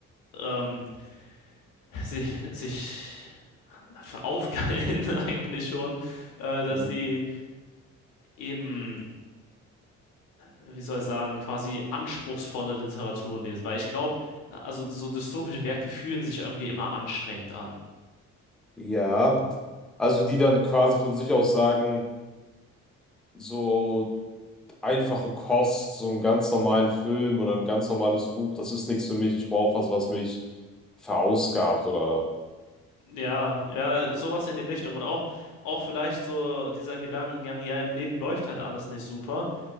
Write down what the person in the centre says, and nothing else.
Mhm.
Ja, also die dann quasi von sich aus sagen, so einfache Kost, so einen ganz normalen Film oder ein ganz normales Buch, das ist nichts für mich. Ich brauche was, was mich verausgabt oder.